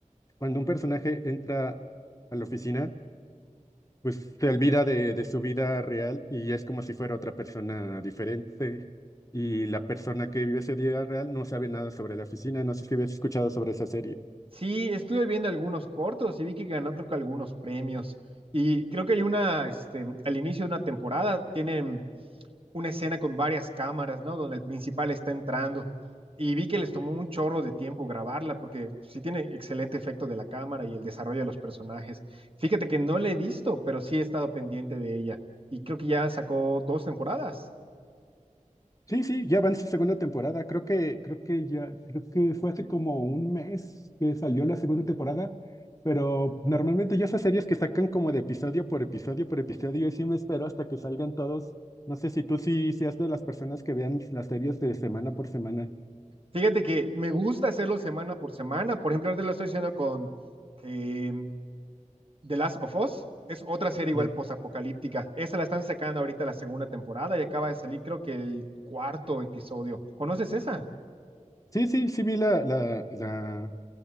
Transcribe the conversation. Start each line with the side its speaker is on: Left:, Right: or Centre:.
Left: cuando un personaje entra a la oficina, pues se olvida de, de su vida real y es como si fuera otra persona diferente. Y la persona que vive ese día real no sabe nada sobre la oficina. No sé si habías escuchado sobre esa serie.
Right: sí, estuve viendo algunos cortos y vi que ganó, creo que algunos premios. Y creo que hay una, este, al inicio de una temporada, tienen una escena con varias cámaras, ¿no? Donde el principal está entrando. Y vi que les tomó un chorro de tiempo grabarla, porque sí tiene excelente efecto de la cámara y el desarrollo de los personajes. Fíjate que no la he visto, pero sí he estado pendiente de ella. Y creo que ya sacó dos temporadas.
Left: Sí, sí, ya va en su segunda temporada. Creo que, creo que ya, creo que fue hace como un mes que salió la segunda temporada, pero normalmente ya esas series que sacan como de episodio por episodio por episodio, y sí me espero hasta que salgan todos. No sé si tú sí seas de las personas que vean las series de semana por semana.
Right: Fíjate que me gusta hacerlo semana por semana. Por ejemplo, ahorita lo estoy haciendo con eh, The Last of Us. Es otra serie igual
Left: Ye-
Right: postapocalíptica. Esa la están sacando ahorita la segunda temporada y acaba de salir creo que el cuarto episodio. ¿Conoces esa?
Left: Sí, sí, sí vi la, la, la,